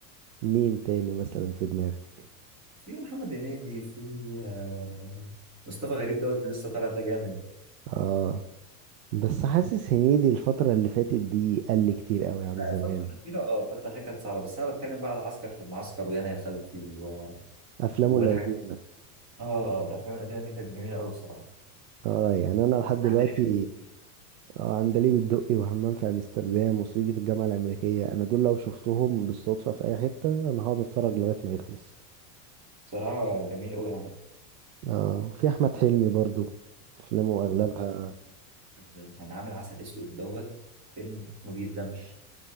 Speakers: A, on the right; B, on the right.
A: مين تاني مثلا في دماغك
B: في محمد هنيدي في آه مصطفى غريب دوت اللي لسه طالع ده جامد
A: اه بس حاسس هنيدي الفترة اللي فاتت دي قل كتير قوي عن
B: لا
A: زمان
B: الفترة الأخيرة اه الفترة الأخيرة كانت صعبة بس أنا بتكلم بقى على عسكر في المعسكر ويانا يا خالتي و...
A: افلامه
B: والحاجات
A: القديمة
B: دي. اه الأفلام القديمة دي كانت جميلة أوي بصراحة
A: اه يعني انا لحد دلوقتي
B: عندليب الدقي
A: اه عندليب الدقي وحمام في امستردام وسيدي في الجامعه الامريكيه انا دول لو شفتهم بالصدفه في اي حته انا هقعد اتفرج لغايه ما يخلص
B: بصراحة جميل أوي يعني
A: اه وفي احمد حلمي برضو افلامه اغلبها
B: عمل- يعني عامل عسل أسود دوت فيلم ما بيقدمش